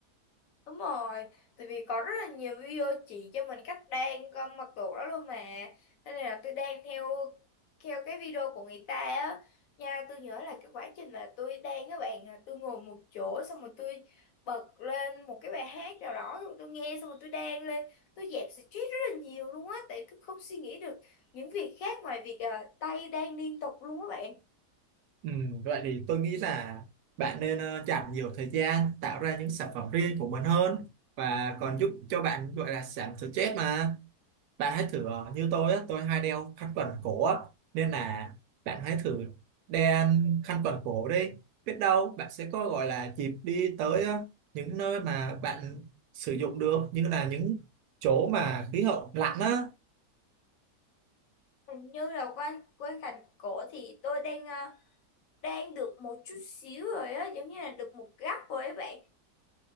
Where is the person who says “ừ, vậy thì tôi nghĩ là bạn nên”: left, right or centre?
Right